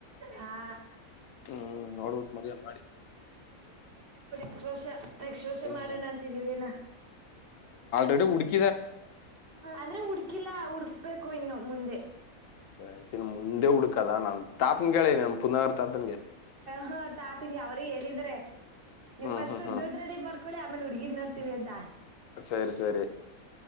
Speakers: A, on the right (about 45°); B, on the left (about 70°).
A: ಹಾ
B: ಹ್ಮ್ ನೋಡ್ಬ ಮದ್ುವವೆ ಮಾಡಿ
A: ದವಶ ನಕ್ಕ್ಷ ವರ್ಷ
B: ಹ್ಮ್
A: ಮಾಡೋಣ ಅಂತಿದೀವಿ ಏನ
B: ಎಡು ಹಡುಿಕಿ
A: ಅಂದ್ರೆ ಹುಡ್ಕಿಲ್ಲಾ ಹುಡ್ಕ್ಬೇಕೇ ೂ ಇನ್ನು ಮುಂದೆ
B: ಸಸನ್ ಮುಂದೆ ಹುಡುಕದ ನಾನ್ ತಾತನ್ ಕಿ ನ ಪುನರ್ ತಾತನ್ಗೆ
A: ಹೊ ತಾತಂಗಿ ಅವ್ರೇ ಹೇಳಿದ್ರೆ ನೀವು್
B: ಹ್ಮ್
A: ಫಸ್ಟ್
B: ಹ್ಮ್ ಹ್ಮ್
A: ದುಡ್ ರೆಡಿ ಮಾಡ್ಕ ಳೆ ಆಮೇಲೆ ಹುಗಿ ನಡ್ರ್ತವಿ ಅದಂತ
B: ಸರಿ ಸರಿ